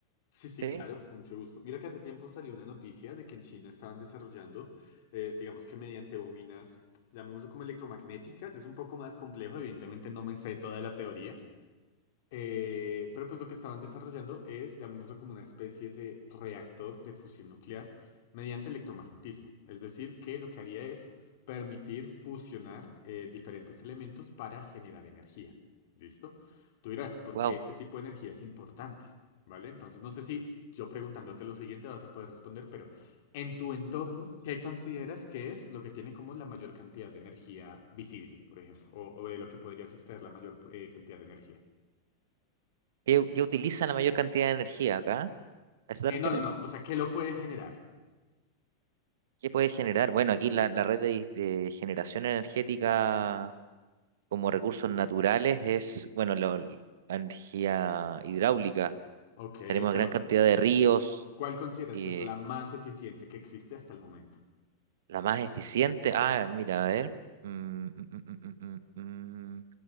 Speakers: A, on the left; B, on the right.
A: Sí, sí,
B: ¿sí?
A: claro, con mucho gusto. Mira que hace tiempo salió una noticia de que en China estaban desarrollando, eh, digamos que mediante bobinas, llamémoslo como electromagnéticas. Es un poco más complejo, evidentemente no me sé toda la teoría. Eh, pero pues lo que estaban desarrollando es, llamémoslo como una especie de reactor de fusión nuclear mediante electromagnetismo. Es decir, que lo que haría es permitir fusionar eh, diferentes elementos para generar energía. ¿Listo? Tú dirás, ¿por
B: Wow.
A: qué este tipo de energía es importante? ¿Vale? Entonces, no sé si yo preguntándote lo siguiente vas a poder responder, pero en tu entorno, ¿qué consideras que es lo que tiene como la mayor cantidad de energía visible, por ejemplo? O, o de lo que podrías extraer la mayor eh, cantidad de energía.
B: ¿Qué, qué utiliza la mayor cantidad de energía acá? ¿A eso
A: Eh,
B: te refieres?
A: no, no, no. O sea, ¿qué lo puede generar?
B: ¿Qué puede generar? Bueno, aquí la, la red de, de generación energética como recursos naturales es, bueno, lo- la energía hidráulica.
A: Ok,
B: Tenemos
A: pero
B: gran cantidad de ríos.
A: ¿cuál consideras
B: eh,
A: que es la más eficiente que existe hasta el momento?
B: La más eficiente. Ah, mira, a ver. Mm, mm, mm, mm, mm, mm, mm.